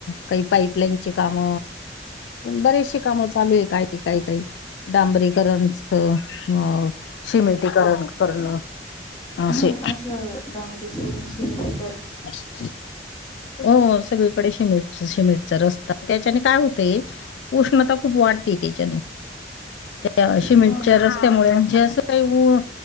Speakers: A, on the left; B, on the left.
A: काही पाईपलाईनचे काम बरीेचशी कामं चालू आहे- काही ती काही- काही डांबरी करण च मग शीमेंटी -करण- करणं.
B: अ
A: असे
B: हा.. आजकाल डांबरी सोडून शिमेडी
A: <inaudible> हो सगळीकडे शिमेट -शिमेटचा रस्ता त्याच्याने काय होतय, उष्णता खूप वाढते त्याच्याने. त्या शीमेंट
B: हा
A: च्या रस्त्यामुळे
B: ते पण
A: म्हणजे
B: आहे
A: असं काही ऊ-